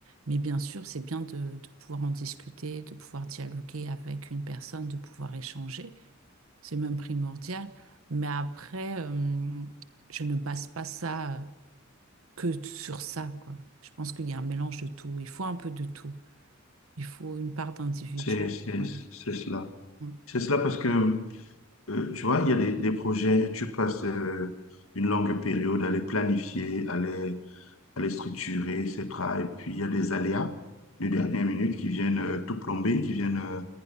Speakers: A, on the right; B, on the left.
A: Mais bien sûr, c'est bien de, de pouvoir en discuter, de pouvoir dialoguer avec une personne, de pouvoir échanger. C'est même primordial. Mais après, euh, je ne passe pas ça euh, que sur ça, quoi. Je pense qu'il y a un mélange de tout. Il faut un peu de tout. Il faut une part d'individuel
B: C'est c'est-
A: Ouais.
B: c'est cela.
A: Ouais.
B: C'est cela parce que, euh, tu vois, il y a des, des projets, tu passes euh, une longue période à les planifier, à les, elle est structurée, etc. Et puis, il y a des aléas de dernière minute qui viennent euh, tout plomber, qui viennent, euh,